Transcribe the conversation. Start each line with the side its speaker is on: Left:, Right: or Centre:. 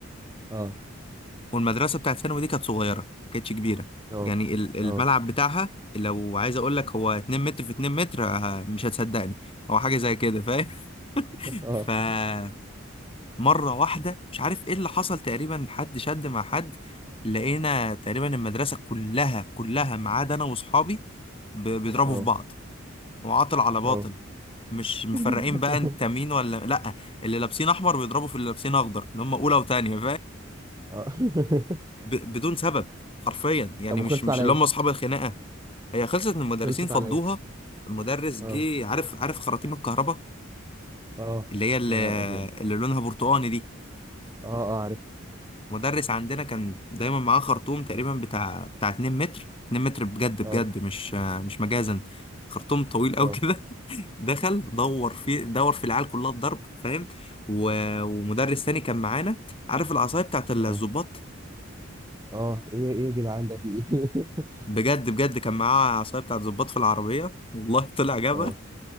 Right: اه
Left: والمدرسه بتاعت ثانوي دي كانت صغيره ما كانتش كبيره
Right: اه
Left: يعني ال- الملعب
Right: اه
Left: بتاعها لو عايز اقول لك هو 2 متر في 2 متر آه، مش هتصدقني هو حاجه زي كده فاهم
Right: <laughs> اه
Left: <laughs> فمره واحده مش عارف ايه اللي حصل تقريبا حد شد مع حد لقينا تقريبا المدرسه كلها كلها ما عدا انا واصحابي ب- بيضربوا
Right: اه
Left: في بعض وعاطل على باطل
Right: اه
Left: مش مفرقين
Right: <laughs>
Left: بقى انت مين ولا لا اللي لابسين احمر بيضربوا في اللي لابسين اخضر اللي هم اولى وتانية
Right: اه <laughs>
Left: ب... بدون سبب حرفيا يعني
Right: طب وخلص
Left: مش مش
Right: على
Left: اللي
Right: ايه
Left: هم اصحاب الخناقه هي خلصت ان المدرسين
Right: خلصت
Left: فضوها
Right: على ايه
Left: المدرس
Right: اه
Left: جه عارف عارف خراطيم الكهرباء
Right: اه
Left: اللي هي اللي,
Right: يا نهار ابيض
Left: اللي لونها برتقاني دي
Right: اه اه عرفت
Left: مدرس عندنا كان دايما معاه خرطوم تقريبا بتاع بتاع 2 متر 2 متر بجد بجد
Right: اه
Left: مش مش مجازا خرطوم طويل قوي
Right: اه
Left: كده <laughs> دخل دور في دور في العيال كلها الضرب فاهم و... ومدرس تاني كان معانا عارف العصايه بتاعت الظباط
Right: اه اه ايه ايه يا جدعان ده في ايه <laughs>
Left: بجد بجد كان معاه عصايه بتاعت ظباط في العربيه والله طلع جاب
Right: اه